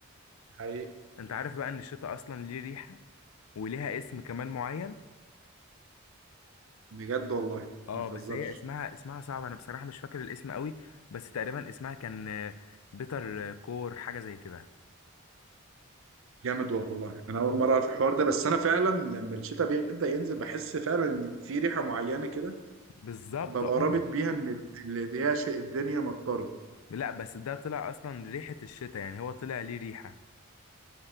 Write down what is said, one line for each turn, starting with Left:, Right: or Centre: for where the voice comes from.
Right: حقيقي
Left: انت عارف بقى ان الشتاء اصلا ليه ريحة وليها اسم كمان معين
Right: بجد والله
Left: اه
Right: ما تهزرش
Left: بس هي اسمها اسمها صعب انا بصراحة مش فاكر الاسم قوي بس تقريبا اسمها كان آه، بيتر كور حاجة زي كده
Right: جامد والله انا اول مره اعرف الحوار ده بس انا فعلا لما الشتاء بيبدا ينزل بحس فعلا ان في ريحه معينه كده
Left: بالظبط
Right: ببقى
Left: اه
Right: رابط بيها ان ال- اللي هي شيء الدنيا مطرت
Left: لا بس ده طلع اصلا ريحة الشتاء يعني هو طلع ليه ريحة